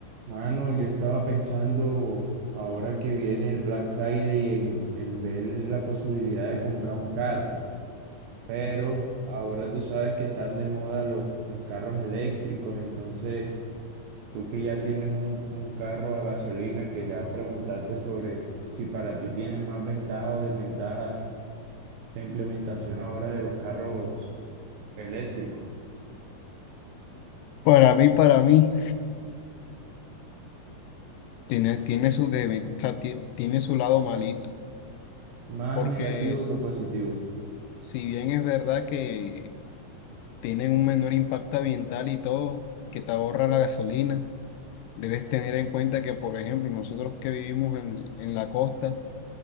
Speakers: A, on the right; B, on the left.
A: Mano, yo estaba pensando ahora que viene el Black Friday en, en ver la posibilidad de comprar un carro, pero ahora tú sabes que están de moda los, los carros eléctricos, entonces tú que ya tienes un, un carro a gasolina, quería preguntarte sobre si para ti tiene más ventajas o desventajas la implementación ahora de los carros eléctricos,
B: Para mí, para mí, tiene, tiene su debe- o sea, ti- tiene su lado malito,
A: más
B: porque
A: negativo
B: es-
A: que positivo.
B: si bien es verdad que tienen un menor impacto ambiental y todo, que te ahorra la gasolina, debes tener en cuenta que, por ejemplo, nosotros que vivimos en, en la costa,